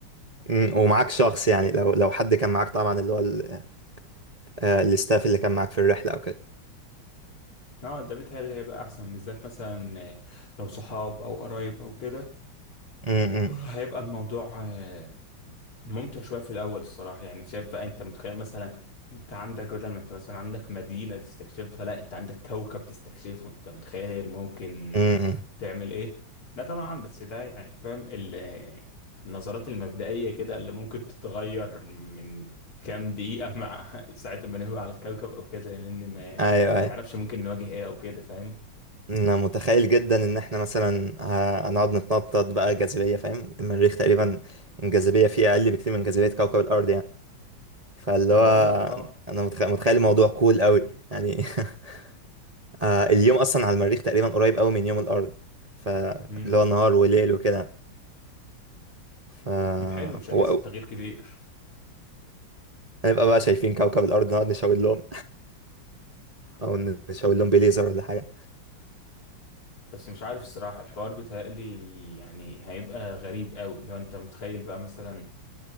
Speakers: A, on the right (about 80°); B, on the left (about 85°).
A: م، ومعاك شخص يعني لو لو حد كان معاك طبعا اللي هو ال- آه، الاستاف اللي كان معاك في الرحله او كده
B: اه ده بيتهيألي هيبقى احسن بالذات مثلا آه، لو صحاب او قرايب او كده
A: م- م-
B: هيبقى الموضوع آه، ممتع شوية في الأول الصراحة يعني شايف بقى أنت متخيل مثلا أنت عندك بدل ما أنت مثلا عندك مدينة تستكشفها لا أنت عندك كوكب تستكشفه أنت متخيل ممكن
A: م- م.
B: تعمل إيه؟ لا طبعا بس ده يعني فاهم ال- النظرات المبدئية كده اللي ممكن تتغير من كام دقيقة مع <laughs> ساعة ما نهوي على الكوكب أو كده لأن ما ما
A: ايوه
B: نعرفش
A: ايوه
B: ممكن نواجه إيه أو كده فاهم؟
A: انا متخيل جدا ان احنا مثلا ه- هنقعد نتنطط بقى جاذبيه فاهم المريخ تقريبا الجاذبيه فيه اقل بكتير من جاذبيه كوكب الارض يعني فاللي
B: ما
A: هو
B: أنا بقول لك أه
A: انا متخ- متخيل الموضوع كول قوي يعني <laughs> آه، اليوم اصلا على المريخ تقريبا قريب قوي من يوم الارض فاللي
B: امم
A: هو نهار وليل وكده ف
B: حلو مش هنحس
A: و-
B: بتغيير كتير
A: هنبقى بقى شايفين كوكب الارض نقعد نشاور لهم او نشاور لهم بليزر ولا حاجه
B: بس مش عارف الصراحة الحوار بيتهيألي يعني هيبقى غريب قوي لو انت متخيل بقى مثلا